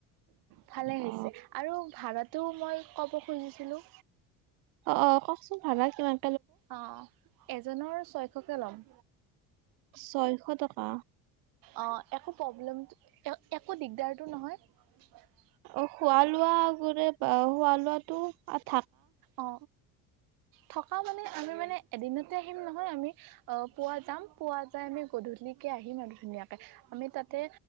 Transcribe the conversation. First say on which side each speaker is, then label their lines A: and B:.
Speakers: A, on the right; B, on the right.
A: ভালে হৈছে
B: অ
A: আৰু ভাড়াটো মই ক'ব খুজিছিলোঁ
B: অ অ কওকচোন ভাবা কিমান
A: অ এজনৰ ছয় এককে ল'ম
B: ছয়শ টকা
A: অ একো প্ৰব্লেম একো দিগদাৰতটো নহয়। <unintelligible>
B: অ খোৱা লোৱা গোৰে খোৱা লোৱা টো আছে
A: অ থকা মানে আমি মানে এদিনতে আহিম নহয় আমি অ পুৱা যাম পুৱা যাই আমি গধূলিকে আহিম আৰু ধুনীয়াকে আমি তাত তে